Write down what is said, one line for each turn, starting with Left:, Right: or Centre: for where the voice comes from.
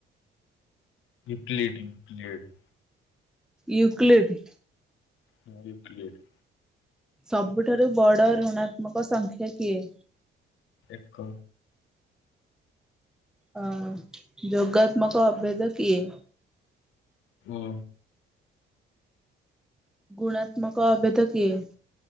Left: ୟୁକ୍ଲିଡ କ୍ଲିଡ।
Centre: ୟୁକ୍ଲିଡ଼୍।
Left: ହଁ ୟୁକ୍ଲିଡ।
Centre: ସବୁଠାରୁ ବଡ଼ ଋଣାତ୍ମକ ସଂଖ୍ୟା କିଏ?
Left: ଏକ।
Centre: ଅ ଯୋଗାତ୍ମକ ଅଭେଦ କିଏ?
Left: ମୁଁ।
Centre: ଗୁଣାତ୍ମକ ଅଭେଦ କିଏ?